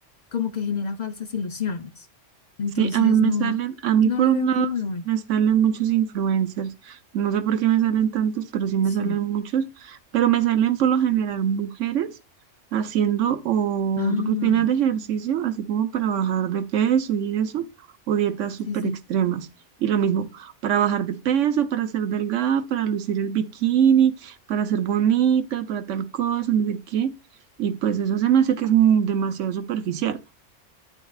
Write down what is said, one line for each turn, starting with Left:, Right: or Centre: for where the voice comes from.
Left: como que genera falsas ilusiones. Entonces
Right: Sí, a mí me
Left: no,
Right: salen, a mí
Left: no
Right: por
Left: le
Right: un
Left: veo
Right: lado
Left: como lo bueno.
Right: me salen muchos influencers. No sé por qué me salen tantos, pero sí me
Left: Sí.
Right: salen muchos. Pero me salen por lo general mujeres haciendo o
Left: Ah,
Right: rutinas de ejercicio, así como para bajar de peso y eso, o dietas súper
Left: sí, sí.
Right: extremas. Y lo mismo, para bajar de peso, para ser delgada, para lucir el bikini, para ser bonita, para tal cosa, no sé qué. Y pues eso se me hace que es mm, demasiado superficial.